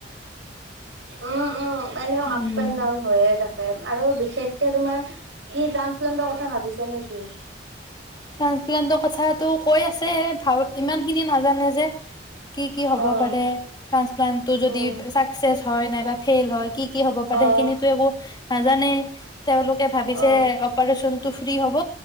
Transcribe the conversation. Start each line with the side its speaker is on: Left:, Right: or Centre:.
Right: উম উম এনেও
Left: উম
Right: আপ এণ্ড ডাউন হৈয়ে থাকে আৰু বিশেষ এতিয়া তোমাৰ কি টান ইলেণ্ডৰ কথা ভাবিছে নেকি?
Left: ট্ৰানসপ্লান্তৰ কথাাতটো কৈ আছে চে থাওক ইমান খিনি নাজানে যে কি কি হব
Right: অ'
Left: পাৰে ট্ৰানসপ্ল টো যদি
Right: উম
Left: চাকচেচ হয় নাইবা ফেইল হয় কি কি হ'ব পাৰে
Right: অ'
Left: সেইখিনিতো একো নাজানেই তেওঁলোকে ভাবিছে
Right: অ'
Left: অপাৰেচনটো ফ্ৰী হ'ব